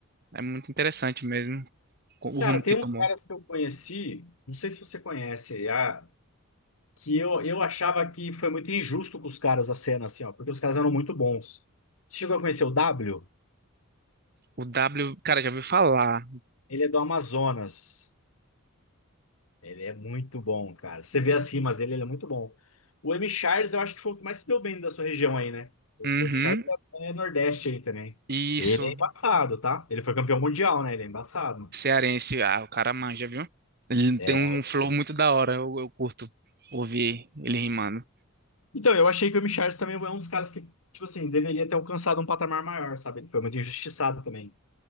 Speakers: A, on the right (about 45°); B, on the left (about 70°).
A: É muito interessante mesmo co- o
B: Cara,
A: rumo
B: tem
A: que tomou.
B: uns caras que eu conheci, não sei se você conhece, a- que eu, eu achava que foi muito injusto com os caras a cena, assim, ó, porque os caras eram muito bons. Você chegou a conhecer o W?
A: O W, cara, já ouviu falar.
B: Ele é do Amazonas. Ele é muito bom, cara. Você vê as rimas dele, ele é muito bom. O M. Charles, eu acho que foi o que mais se deu bem da sua região aí, né? O
A: Uhum,
B: M. Charles é, é Nordeste aí também.
A: isso,
B: Ele é embaçado, tá? Ele foi campeão mundial, né? Ele é embaçado.
A: cearense, ah, o cara manja, viu? Ele
B: É.
A: tem um flow muito da hora, eu, eu curto ouvir ele rimando.
B: Então, eu achei que o M. Charles também é um dos caras que, tipo assim, deveria ter alcançado um patamar maior, sabe? Ele foi muito injustiçado também.